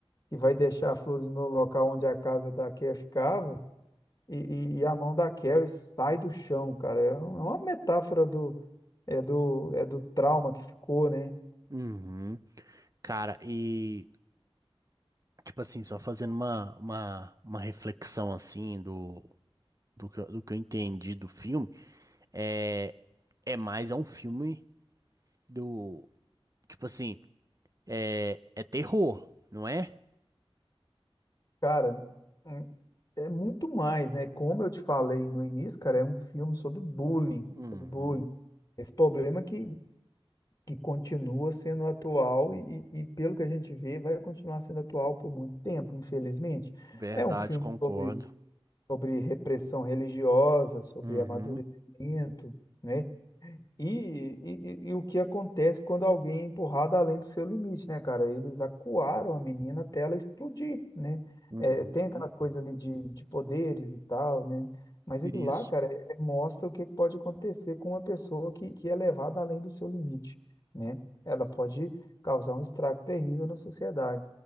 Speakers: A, on the left; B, on the right.
A: que vai deixar flores no local onde a casa da Carrie ficava. e, e- e a mão da Carrie sai do chão, cara. É um- é uma metáfora do, é do, é do trauma que ficou, né?
B: uhum. Cara, e. Tipo assim, só fazendo uma, uma, uma reflexão assim do, do que, eu- do que eu entendi do filme, é, é mais é um filme do, tipo assim, é, é terror, não é?
A: Cara, hum, é muito mais, né? Como eu te falei no início, cara, é um filme sobre bullying,
B: Uhum.
A: sobre bullying. Esse problema que, que continua sendo atual e, e pelo que a gente vê, vai continuar sendo atual por muito tempo, infelizmente.
B: Verdade,
A: É um filme
B: concordo.
A: sobre, sobre repressão religiosa, sobre
B: Uhum.
A: amadurecimento, né? E, e, e- e o que acontece quando alguém é empurrado além do seu limite, né, cara? Eles acuaram a menina até ela explodir, né?
B: Uhum.
A: É, tem aquela coisa ali de, de poderes e tal, né? Mas aquilo
B: Isso,
A: lá, cara, é- é, mostra o que pode acontecer com uma pessoa que, que é levada além do seu limite, né? Ela pode causar um estrago terrível na sociedade.